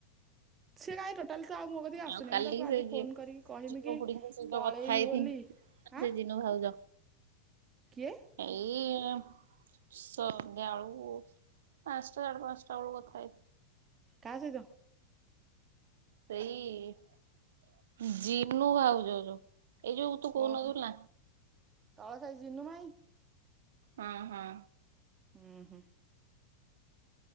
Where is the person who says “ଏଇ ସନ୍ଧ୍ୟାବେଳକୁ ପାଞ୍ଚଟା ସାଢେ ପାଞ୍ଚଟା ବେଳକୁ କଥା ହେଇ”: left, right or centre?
Right